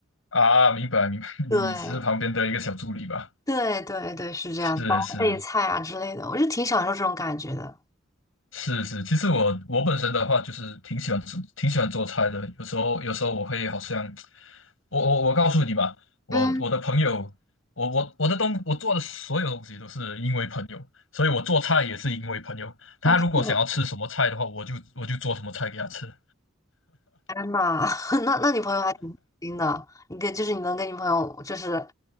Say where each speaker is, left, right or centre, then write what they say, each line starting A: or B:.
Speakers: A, on the left; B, on the left.
A: 啊，明白明白，<laughs>
B: 对，
A: 你你只是旁边的一个小助理吧？
B: 对，对，对，是这样，
A: 是是，
B: 帮备菜啊之类的，我就挺享受这种感觉的。
A: 是是，其实我我本身的话就是挺喜欢吃、挺喜欢做菜的，有时候有时候我会好像，我我我告诉你吧，我我的朋友，
B: 嗯，
A: 我我我的东我做的所有东西都是因为朋友，所以我做菜也是因为朋友。他如果想要吃什么菜的话，
B: 哦，这么的，
A: 我就我就做什么菜给他吃。
B: 天呐，<laughs> 那那你朋友还挺开心的，你跟就是你能跟你朋友就是，